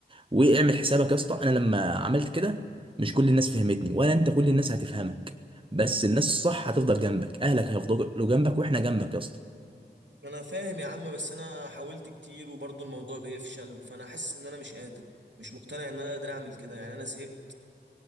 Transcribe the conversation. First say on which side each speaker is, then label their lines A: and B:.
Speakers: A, on the right (about 30°); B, on the right (about 75°).
A: واعمل حسابك يا اسطى انا لما عملت كده مش كل الناس فهمتني ولا انت كل الناس هتفهمك بس الناس الصح هتفضل جنبك اهلك هيفضلوا جنبك واحنا جنبك يا اسطى
B: ما انا فاهم يا عم بس انا حاولت كتير وبرضه الموضوع بيفشل فانا حاسس ان انا مش قادر مش مقتنع ان انا قادر اعمل كده يعني انا زهقت